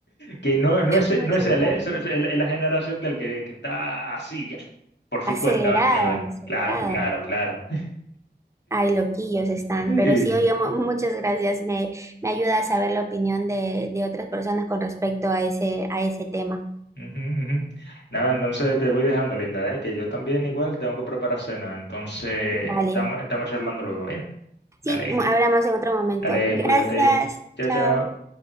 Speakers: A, on the left (about 75°); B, on the right (about 15°).
A: Que no, no es,
B: Muchas
A: no es él,
B: gracias.
A: ¿eh? So, Es, es- es la generación del que, que está así ya, por su
B: Acelerada,
A: cuenta, básicamente.
B: acelerada,
A: Claro, claro,
B: ¿no?
A: claro.
B: Ay, loquillos están,
A: Sí.
B: pero sí, oye, mu- muchas gracias. Me, me ayuda a saber la opinión de, de otras personas con respecto a ese, a ese tema.
A: Ujú, ujú. Nada, entonces te voy dejando, Linda, ¿eh? Que yo también igual tengo que preparar cena. Entonces,
B: Vale.
A: estamos estamos charlando luego, ¿bien? Dale,
B: Sí, hablamos en otro momento.
A: dale,
B: Gracias.
A: cuídate. Chao,
B: Chao.
A: chao.